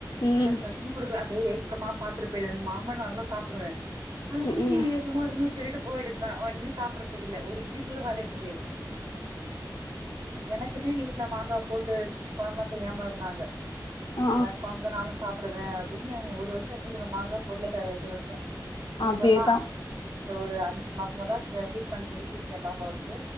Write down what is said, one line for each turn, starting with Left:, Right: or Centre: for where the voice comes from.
Left: ம்
Right: ரெண்டு வருஷமு குடுக்கல அப்டியே ஏக்கமா பாத்துட்டு போயிடுவே எனக்கு மாம்பழ நல்லா புடுவே <unintelligible>
Left: ம்
Right: ஒரு மூச்சட்டு போயிடுதா ஒன்னு சாப்புறதுக்கில்ல ஒரு பீச்சு கூட வாய்ல வக்க முடியா எனக் <unintelligible> வீட்ல மாங்கா போட்டு ஸ் கொழம்ப செய்யாமருந்தாங்க
Left: ஆ
Right: அத கொழம்புல நானு சாப் ப்புடுவே அப்டின்னு ஒரு வர்ஷம் <unintelligible> மாங்கா <unintelligible> சப்
Left: அதேதா
Right: இப்பதா இந்த ஒரு அஞ்சு மாசமாதா அ ஃபீட் பண் நிறுத்திற்கே பாப்பாவுக்கு